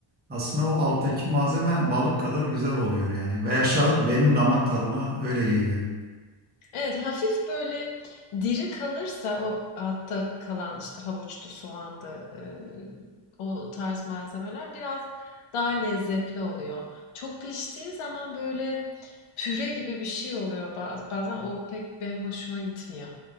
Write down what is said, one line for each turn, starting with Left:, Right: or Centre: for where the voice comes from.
Right: aslında o alttaki malzeme balık kadar güzel oluyor yani. Veya şa- benim damak tadıma öyle geliyor.
Left: Evet, hafif böyle diri kalırsa o altta kalan, işte, havuçtu, soğandı, eee, o tarz malzemeler biraz daha lezzetli oluyor. Çok piştiği zaman böyle püre gibi bir şey oluyor baz bazen. O pek benim hoşuma gitmiyor.